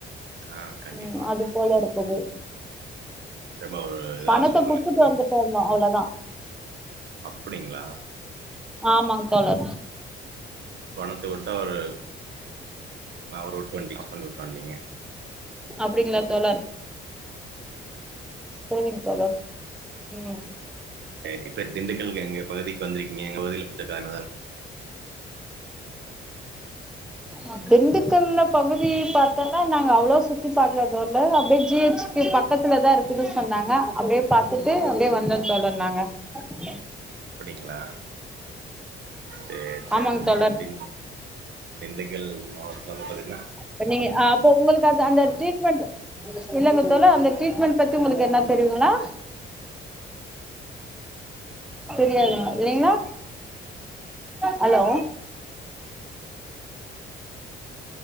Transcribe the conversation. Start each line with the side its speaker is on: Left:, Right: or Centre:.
Right: ஆ கண்டிப்பாங்க.
Centre: உம் அது போல இருக்குது
Right: ரொம்ப ஒரு இதா
Centre: பணத்த
Right: சூழ்நிலையில
Centre: குட்த்துட்டு வந்துட்டு இருந்தோ அவ்ளோ தா
Right: அப்டிங்ளா
Centre: ஆமாங் தோழர்
Right: பணத்த விட்டா ஒரு அவர விட்டு வண்ட்டி ஹஸ்பண்ட விட்டு வண்டீங்க
Centre: அப்டிங்ளா தோழர் சேரிங் தோழர் உம்
Right: அஹ் இப்ப திண்டுக்கலுக்கு எங்க பகுதிக்கு வந்திருக்கீங்க எங்க பகுதில புடிச்ச கார்லதா
Centre: அஹ் திண்டுக்கல்ல பகுதி பாத்தோனா நாங்க அவ்ளோ சுத்தி பாக்றதா இல்ல அப்டே ஜி ஹெச் க்கு
Right: ம்.
Centre: பக்கத்துல தா இருக் க்குது சொன்னாங்க அப்டியே பாத்துட்டு அப்டியே வந்தோ தோழர் நாங்க சாப்ட்டிங்க
Right: அப்டிங்ளா சேரி சேரி
Centre: ஆமாங் தோழர்
Right: பின் திண்டுக்கல் மாவட்டத்துல வந்து பாத்தீங்னா
Centre: அப்ப நீங்க ஆஹ் அப்ப உங்களுக்கு அது அந்த ட்ரீட் மெண்டு இல்லங்க தோழர் அந்த ட்ரீட்மெண்ட் பத்தி உங்களுக்கு எதுனா தெரியுங்களா தெரியாது இல்லைங்ளா‌ ஹலோ